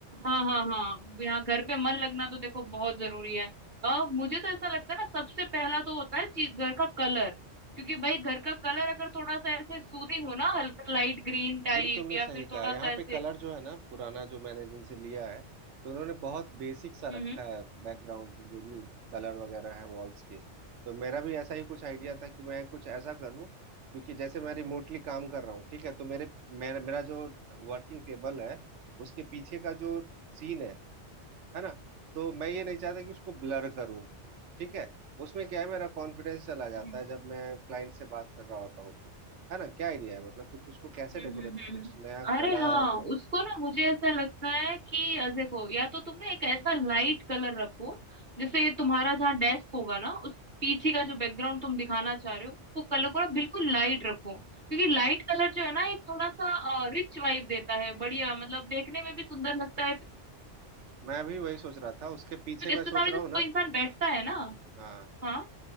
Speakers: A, on the right (about 45°); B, on the right (about 75°).
A: हाँ हाँ हाँ यहाँ घर पे मन लगना तो देखो बहुत जरूरी है और मुझे तो ऐसा लगता है ना सबसे पहला तो होता है चीज घर का कलर क्योंकि भाई घर का कलर अगर थोड़ा सा ऐसे सूदिंग हो ना हल्का लाइट ग्रीन टाइप
B: ये तुमने
A: या
B: सही
A: फिर
B: कहा
A: थोड़ा
B: यहाँ
A: सा ऐसे
B: पे कलर जो है ना पुराना जो मैंने जिनसे लिया है तो उन्होंने बहुत बेसिक सा
A: हम्म
B: रखा है बैकग्राउंड जो भी कलर वगैरह है वॉल्स के तो मेरा भी ऐसा ही कुछ आइडिया था कि मैं कुछ ऐसा करूँ क्योंकि जैसे मैं रिमोटली काम कर रहा हूँ ठीक है तो मेरे मेरा मेरा जो वर्किंग टेबल है उसके पीछे का जो सीन है है ना तो मैं ये नहीं चाहता कि उसको ब्लर करूं ठीक है उसमें क्या है मेरा कॉन्फिडेंस चला जाता
A: हम्म
B: है जब मैं क्लाइंट से बात कर रहा होता हूँ तो है ना क्या आइडिया है मतलब कुछ उसको
A: हम्म
B: कैसे डेकोरेट
A: हम्म
B: कुछ
A: हम्म।
B: नया
A: अरे
B: कलर
A: हाँ उसको ना मुझे ऐसा लगता है कि अ, देखो या तो तुम ना एक ऐसा लाइट कलर रखो जैसे ये तुम्हारा जहाँ डेस्क होगा ना उस पीछे का जो बैकग्राउंड तुम दिखाना चाह रहे हो उसको कलर को ना बिल्कुल लाइट रखो क्योंकि लाइट कलर जो है ना एक थोड़ा सा रिच वाइब देता है बढ़िया मतलब देखने में भी सुंदर लगता है
B: मैं भी वही सोच रहा था उसके पीछे
A: क्योंकि
B: मैं
A: इसके सामने
B: सोच रहा
A: जब
B: हूँ ना
A: कोई इंसान बैठता है ना
B: हाँ
A: हाँ